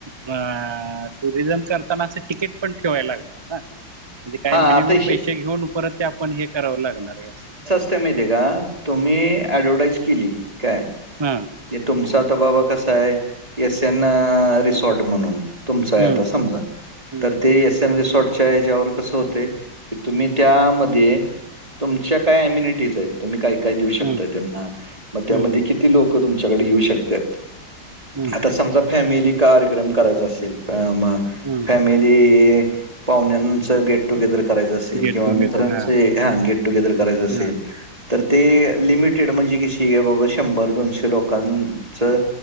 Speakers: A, on the right; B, on the right.
A: म् टुरिझम करतानाच तिकीट पण ठेवाय लागल. ह म्हणजे काही
B: हां,
A: मिनिमम
B: आता हे
A: पैसे घेऊन परत ते आपण हे करावं लागणार आहे असं.
B: तर माहित आहे का, तुम्ही ॲडव्हर्टाईज केली काय
A: हम्म!
B: हे तुमचा आता बाबा कसा आहे एस एन रिसॉर्ट म्हणून तुमच आहे
A: हम्म,
B: आता समजा.
A: हम्म,
B: तर ते एस एम रिसॉर्टच्या हेच्यावर कसं होतय. की तुम्ही त्यामध्ये तुमच्या काय एम्यनिटीज आहेत. तुम्ही काय काय देऊ शकताय.
A: हम्म,
B: त्यांना मग त्यामध्ये
A: हम्म,
B: किती लोक तुमच्याकडे येऊ शकतात.
A: हम्म,
B: आता समजा फॅमिली कार्यक्रम करायचा असेल तर म
A: हम्म, हम्म.
B: फॅमिली पाहुण्यांच गेट टुगेदर करायच असेल
A: गेट
B: किंवा
A: टुगेदर
B: मित्रांचे
A: हां
B: हा गेट टुगेदर करायचं असेल.
A: हां
B: तर ते लिमिटेड म्हणजे किशी बाबा शंभर दोनशे लोकांचं